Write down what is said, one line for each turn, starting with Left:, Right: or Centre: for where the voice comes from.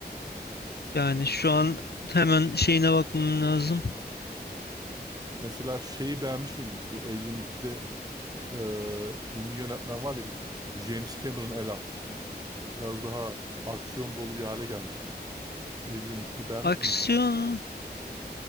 Left: Yani şu an hemen şeyine bakmam lazım.
Right: Mesela şeyi beğenmiş miydiniz? Bu Alien 2'de e, ünlü yönetmen var ya bildiğimiz. Bu James Cameron el atmıştı. Biraz daha aksiyon dolu bir hale gelmişti. Alien 2'yi beğenmiş
Left: Aksiyon
Right: miydiniz?